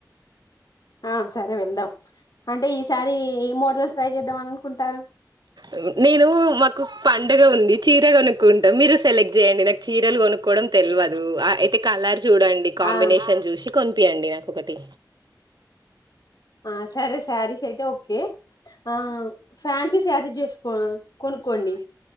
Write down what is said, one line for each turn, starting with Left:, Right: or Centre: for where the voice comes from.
Left: ఆ సరే వెళ్దాం అంటే ఈసారి ఏ మోడల్ ట్రై చేద్దాం అని అనుకుంటారు
Right: మ్ నేనూ మాకు పండుగ ఉంది చీరగొనుక్ ఉంట మీరు సెలెక్ట్ చేయండి నాక్ చీరల్ కొనుక్కోవడం తెల్వదూ అయితే కలర్ డండి కాంబినేషన్
Left: ఆ
Right: చూషి కొన్ పి అండి నాకొకటి
Left: ఆ సరే సారీస్ ఐతే ఓకే ఆ ఫ్యాన్సీ సారి చేసుకో కొన్కోండి